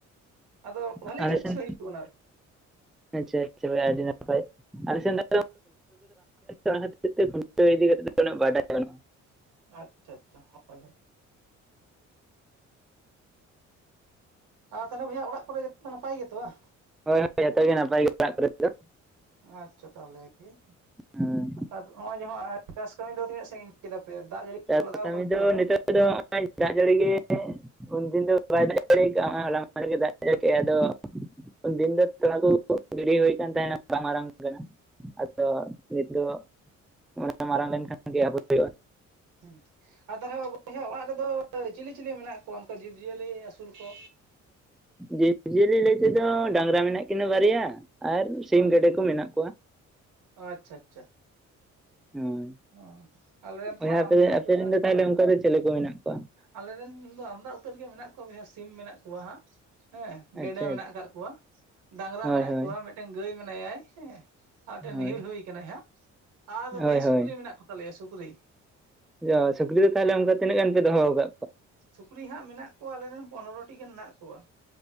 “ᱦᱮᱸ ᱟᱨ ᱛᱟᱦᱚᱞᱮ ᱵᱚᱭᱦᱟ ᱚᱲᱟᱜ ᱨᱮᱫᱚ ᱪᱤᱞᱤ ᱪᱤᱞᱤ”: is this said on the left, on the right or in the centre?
Right